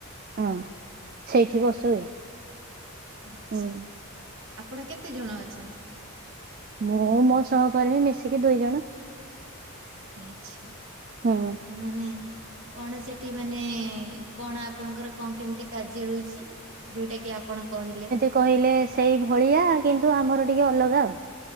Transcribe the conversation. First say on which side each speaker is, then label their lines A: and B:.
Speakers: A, on the right; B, on the right.
A: ହଁ ସେଇଠି ବସୁଏ।
B: ଆଚ୍ଛା
A: ହୁଁ।
B: ଆପଣ କେତେ ଜଣ ଅଛନ୍ତି?
A: ମୁଁ ମୋ ସହକର୍ମୀ ମିଶିକି ଦୁଇ ଜଣ।
B: ଆଚ୍ଛା
A: ହୁଁ।
B: ମାନେ କଣ ସେଠି ମାନେ କଣ ଆପଣଙ୍କର କଣ କେମିତି କାର୍ଯ୍ୟ ରହୁଛି? ଯୋଉଟା କି ଆପଣ କହିଲେ।
A: କହିଲେ ସେଇ ଭଳିଆ କିନ୍ତୁ ଆମର ଟିକେ ଅଲଗା ଆଉ।